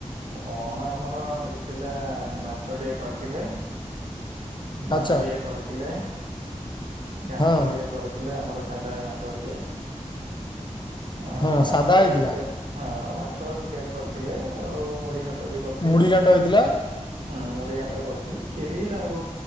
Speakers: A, on the right; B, on the left.
A: କଣ ଆମର ହେଇଥିଲା ଭାତ ଟିକେ କରିଥିଲେ। ଡାଲି
B: ଆଚ୍ଛା
A: ଟିକେ କରିଥିଲେ ଘାଣ୍ଟ
B: ହଁ
A: ଟିକେ କରିଥିଲେ ଆମର ସା ସାଦା ଘାଣ୍ଟ ଟିକେ ଆଉ
B: ହଁ
A: ମାଛ
B: ସାଧା ହେଇଥିଲା।
A: ଚିକେନ ହଁ ମାଛ ଚିକେନ କରିଥିଲେ ଆଉ ମୁଢି ଘାଣ୍ଟ ବି କରିଥିଲେଁ
B: ମୁଢ଼ି ଘାଣ୍ଟ ହେଇଥିଲା
A: ହୁଁ ମୁଢ଼ି ଘାଣ୍ଟ କରି ଥିଲା କ୍ଷୀରି ଆଉ